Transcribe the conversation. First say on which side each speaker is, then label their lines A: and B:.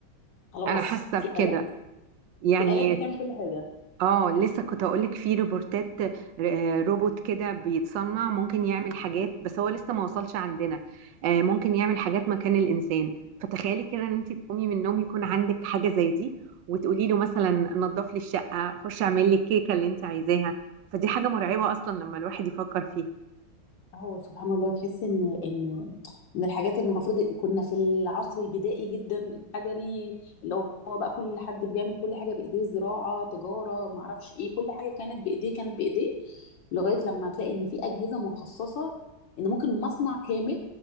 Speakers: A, on the left; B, on the right.
A: خلاص
B: انا حاسه
A: في
B: بكده
A: الات
B: يعني
A: في الات بتعمل كل حاجه
B: اه لسه كنت اقولك في روبوتات آه، روبوت كده بيتصنع ممكن يعمل حاجات بس هو لسه ما وصلش عندنا آه، ممكن يعمل حاجات مكان الانسان فتخيلي كده ان انت تقومي من النوم يكون عندك حاجة زي دي وتقولي له مثلا نظف لي الشقة خش اعمل لي الكيكة اللي انت عايزاها فدي حاجة مرعبة اصلا لما الواحد يفكر فيها
A: هو سبحان الله تحس ان ان من الحاجات المفروض كنا في العصر البدائي جدا الحجري اللي هو بقى كل حد بيعمل كل حاجه بايديه زراعه تجاره ما اعرفش ايه كل حاجه كانت بايديه كانت بايديه لغايه لما تلاقي ان في اجهزه مخصصه ان ممكن مصنع كامل